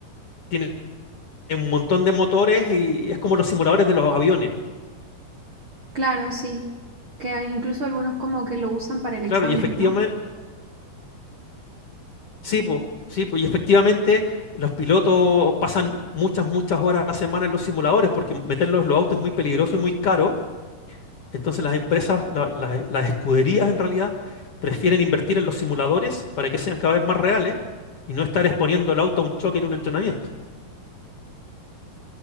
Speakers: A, on the left (about 50°); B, on the right (about 60°).
A: tiene un montón de motores y es como los simuladores de los aviones.
B: Claro, sí, que incluso algunos como que lo usan para el examen,
A: Claro, y efectivamente,
B: ¿no?
A: sí, pues, sí, po, y efectivamente los pilotos pasan muchas, muchas horas a la semana en los simuladores porque meterlos en los autos es muy peligroso y muy caro. Entonces las empresas, la- la- las escuderías en realidad, prefieren invertir en los simuladores para que sean cada vez más reales y no estar exponiendo el auto a un choque en un entrenamiento.